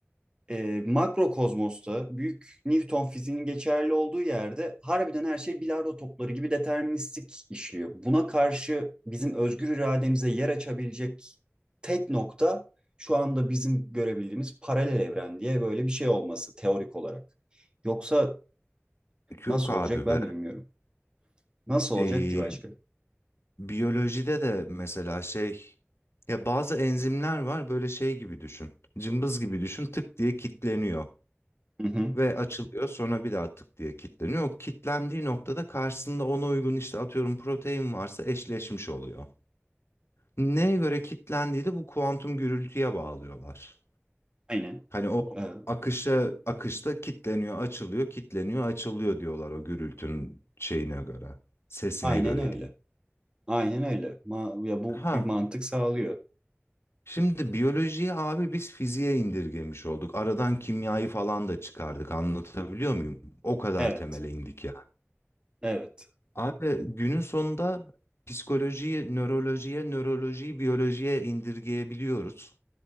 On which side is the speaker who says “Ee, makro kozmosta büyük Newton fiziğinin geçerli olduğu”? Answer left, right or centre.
Right